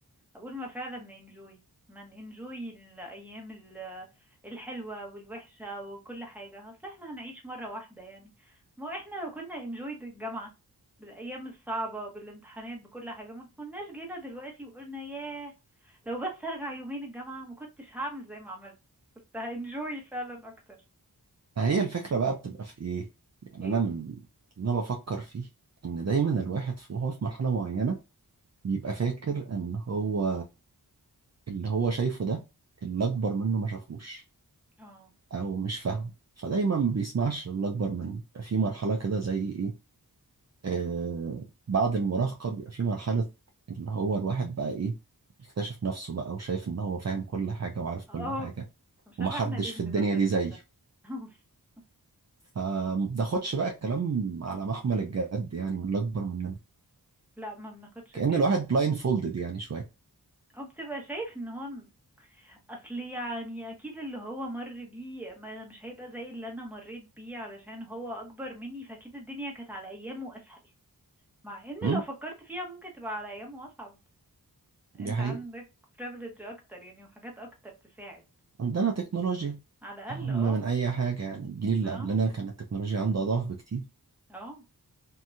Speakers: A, in the centre; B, on the right.
A: أقول ما فعلا ننجوي ما ننجوي الأيام ال- الحلوة والوحشة وكل حاجة أصل احنا هنعيش مرة واحدة يعني ما هو احنا لو كنا انجوي الجامعة بالأيام الصعبة بالامتحانات بكل حاجة ما كناش جينا دلوقتي وقلنا ياه لو بس أرجع يومين الجامعة ما كنتش هعمل زي ما عملت كنت هانجوي فعلا أكتر
B: فهي الفكرة بقى بتبقى في ايه يعني
A: ايه
B: انا
A: بقى
B: من اللي انا بفكر فيه ان دايما الواحد في- وهو في مرحلة معينة بيبقى فاكر ان هو اللي هو شايفه ده اللي اكبر منه ما شافوش
A: اه
B: او مش فاهم فدايما ما بيسمعش اللي اكبر منه بيبقى في مرحلة كده زي إيه؟ آه بعد المراهقة بيبقى في مرحلة اللي هو الواحد بقى إيه يكتشف نفسه بقى وشايف إن هو فاهم كل حاجة وعارف كل
A: اه
B: حاجة
A: مش
B: ومحدش
A: عارفة احنا ليه
B: في
A: بنبقى
B: الدنيا
A: فاهمين
B: دي زيه
A: ده <laughs>
B: فما بناخدش بقى الكلام على محمل الجد يعني من اللي أكبر مننا
A: لا ما بناخدش
B: كأن
A: الكلام
B: الواحد
A: ده
B: بلايند فولدد يعني شوية
A: او بتبقى شايف ان هو اصل يعني اكيد اللي هو مر بيه ما أنا مش هيبقى زي اللي انا مريت بيه علشان هو اكبر مني فاكيد الدنيا كانت على ايامه اسهل مع ان
B: مم؟
A: لو فكرت فيها ممكن تبقى على ايامه اصعب انت
B: دي حقيقة
A: عندك privilege اكتر يعني وحاجات اكتر تساعد
B: عندنا تكنولوجيا
A: على الاقل
B: أهم
A: اه
B: من أي حاجة يعني الجيل اللي
A: اه
B: قبلنا كانت التكنولوجيا عنده أضعاف بكتير
A: اه